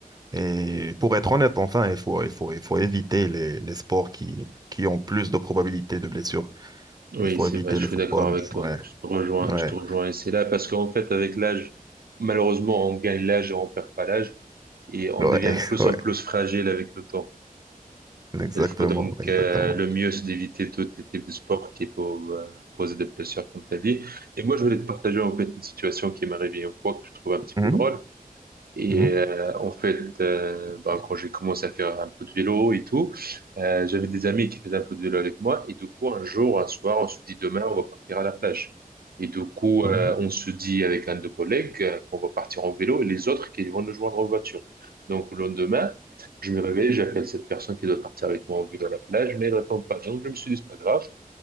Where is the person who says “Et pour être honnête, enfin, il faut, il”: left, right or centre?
Right